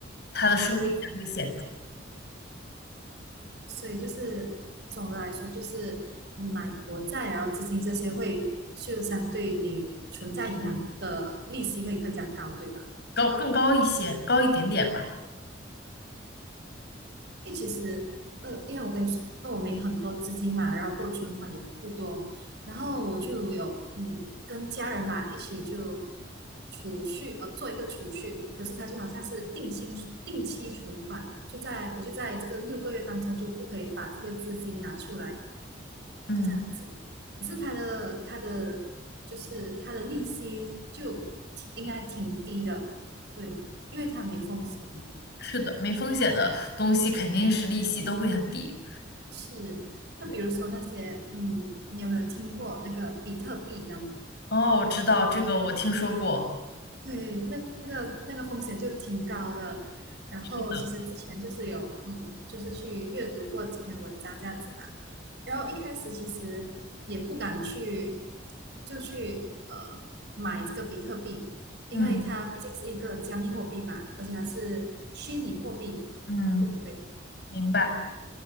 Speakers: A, on the left; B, on the right.
A: 它的收益才会显著，
B: 哇，所以就是总的来说就是买国债，然后资金这些会就相对你存在银行的利息会更加高，对吧？
A: 高，更高一些，高一点点吧。
B: 因为其实，呃，因为我跟你说，我没很多资金嘛，然后够存款也不多，然后我就有嗯跟家人吧一起就储蓄，呃，做一个储蓄，可是它就好像是定期定期存款，就在我就在这个六个月当中就不可以把这个资金拿出来，
A: 嗯，
B: 就这样子。可是它的它的就是它的利息就挺应该挺低的，对，因为它没风险嘛。
A: 是的，没风险的东西肯定是利息都会很低。
B: 是，那比如说那些，
A: 对，
B: 嗯，你有没有听过那个比特币呢？
A: 哦，我知道这个，我听说过。
B: 对，那那个那个风险就挺高的。然后其实之前就是有，
A: 是的，
B: 嗯，就是去阅读过几篇文章这样子嘛。然后一开始其实也不敢去，就去呃买这个比特币，因为它毕竟是一个加密货币嘛，
A: 嗯
B: 而且它是虚拟货币，
A: 嗯，
B: 对不对？
A: 明白。